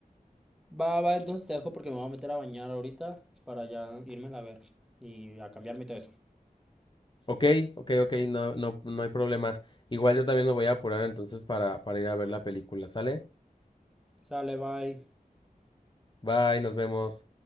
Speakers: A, in the centre; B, on the left (about 30°).
A: Va, va, entonces te dejo porque me voy a meter a bañar ahorita para ya irme a ver y a cambiarme y todo eso.
B: Ok, ok, ok, no, no, no hay problema. Igual yo también me voy a apurar entonces para, para ir a ver la película, ¿sale?
A: Sale, bye.
B: Bye, nos vemos.